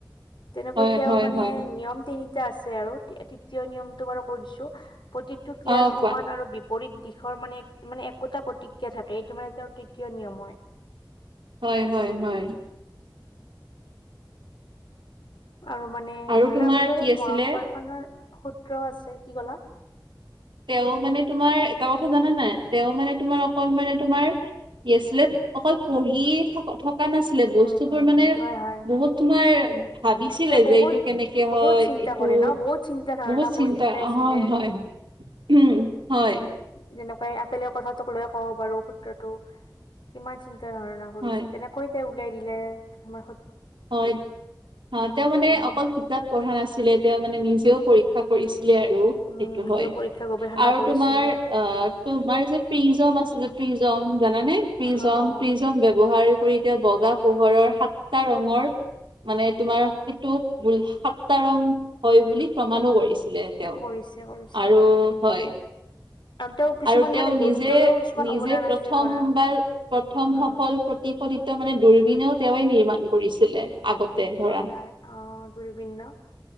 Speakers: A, on the left (about 75°); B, on the right (about 85°).
A: তেনেকৈ
B: হয়,
A: তেওঁৰ
B: হয়,
A: মানে
B: হয়
A: নিয়ম তিনিটা আছে আৰু তৃতীয় নিয়মটো বাৰু কৈ দিছোঁ। প্ৰতিটো ক্ৰিয়াৰ
B: অ
A: সমান
B: কোৱা
A: আৰু বি পৰিদ দিশৰ মানে মানে একোটা প্ৰতিক্ৰিয়া থাকে এইটো মানে তেওঁৰ তৃতীয় নিয়ম হয়।
B: হয় হয় হয়।
A: আৰু মানে
B: আৰু
A: সাৰ্বজনীন
B: তোমাৰ কি আছিলে
A: মহ আকাশনৰ সূত্ৰও আছে। কি কলা
B: তেওঁ মানে তোমাৰ, এটা কথা জানা নাই তেওঁ মানে তোমাৰ অকল মানে তোমাৰ কি আছিলে অকল পঢ়িয়ে থ কা নাছিলে বস্তুবোৰ
A: উম উম
B: মানে
A: উম হয় হয়
B: বহুত তোমাৰ ভাবিছিলে
A: তে বহুত
B: যে এইটো কেনেকে
A: বহুত
B: হয়,
A: চিন্তা
B: এইটো
A: কৰে ন বহুত চিন্তা ধাৰণা
B: বহুত
A: কৰি
B: চিন্তা,
A: ওলাইছিলে
B: হয় হয়। উম, হয়।
A: যেনেকুৱা এই আপেলৰ কথাটোক লৈ ক'ব পাৰু সূত্ৰটো কিমান চিন্ত তা ধাৰণা কৰিছে
B: হয়
A: তেনেকৈ উলাই দিলে তমাৰ
B: হয়। অ' তেওঁ মানে
A: উম,
B: অকল কিতাপ পঢ়া নাছিলে। তেওঁ মানে নিজেও পৰীক্ষা কৰিছিলে আৰু।
A: উম,
B: সেইটো
A: নিজেও
B: হয়
A: পৰীক্ষা গৱেষণা
B: আৰু
A: কৰিছিলে।
B: তোমাৰ অ' তোমাৰ যে প্ৰিজম আছে প্ৰিজম জানেনে? প্ৰিজম
A: অ',
B: প্ৰিজম ব্যৱহাৰ কৰি এতিয়া বগা পোহৰৰ সাতটা ৰং ঙৰ মানে তোমাৰ সেইটো সাতটা ৰং হয় বুলি প্ৰমাণো কৰিছে। তেওঁ
A: কৰিছে কৰিছে
B: আৰু হয়।
A: আৰু তেওঁ কিছুমান
B: আৰু তেওঁ
A: মানে গণিতলৈও
B: নিজে
A: কিছুমান
B: নিজে
A: অৱদান
B: প্ৰথম
A: আছে ধৰা।
B: বাৰ প্ৰথম
A: অ',
B: সফল প্ৰতি মানে দূৰবীনেও তেওঁৱে নিৰ্মাণ কৰিছিলে। আগতে
A: অ'
B: ধৰা
A: হয় হয় অ' দূৰবীণ ন'?